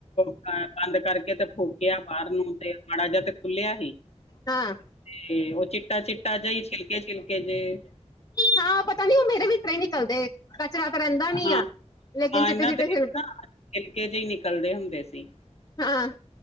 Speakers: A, on the left; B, on the left.
A: ਅ ਬੰਦ ਕਰਕੇ ਤੇ ਫੂਕਿਆ ਬਾਰ ਨੂੰ ਤੇ ਮਾੜਾ ਜਾ ਤੇ ਖੁੱਲਿਆ ਹੀ।
B: ਹਾਂ।
A: ਤੇ ਓਹ ਚਿੱਟਾ-ਚਿੱਟਾ ਜਈ ਛਿਲਕੇ-ਛਿਲਕੇ ਜੇ
B: ਹਾਂ, ਪਤਾ ਨੀ ਓਹ ਮੇਰੇ ਵੀ ਇਸ ਤਰ੍ਹਾਂ ਈ ਨਿਕਲਦੇ। ਕਚਰਾ ਤਾਂ ਰੈੰਦਾ ਨੀ
A: ਹਾਂ
B: ਆ, ਲੇਕਿਨ
A: ਹਾਂ
B: ਚਿੱਟੇ-ਚਿੱਟੇ
A: ਇਹਨਾਂ ਦੇ
B: ਛਿਲਕੇ
A: ਨਾ ਛਿਲਕੇ ਜੇ ਈ ਨਿਕਲਦੇ ਹੁੰਦੇ ਸੀ।
B: ਹਾਂ।